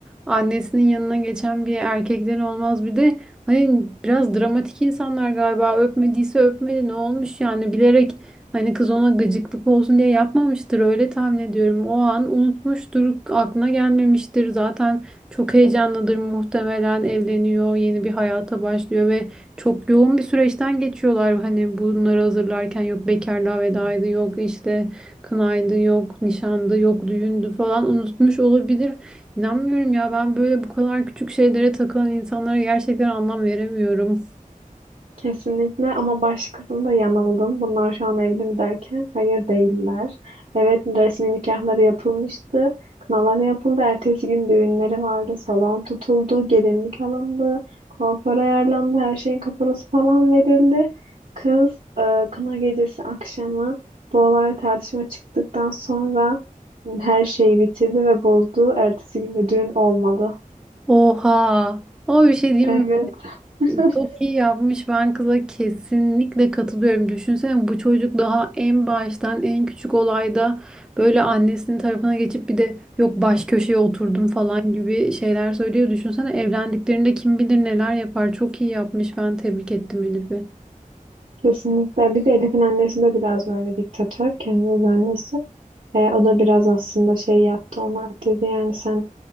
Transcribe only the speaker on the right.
Kesinlikle ama baş kısımda yanıldım. Bunlar şu an evli mi derken hayır değiller. Evet resmi nikahları yapılmıştı. Kınaları yapıldı. Ertesi gün düğünleri vardı. Salon tutuldu. Gelinlik alındı. Kuaför ayarlandı. Her şeyin kaparası falan verildi. Kız e, kına gecesi akşamı bu olay tartışma çıktıktan sonra her şeyi bitirdi ve bozdu. Ertesi gün de düğün olmadı.
Evet. <laughs>
Kesinlikle. Bir de Elif'in annesi de biraz böyle diktatör. Kendi öz annesi. E, o da biraz aslında şey yaptı ona dedi yani sen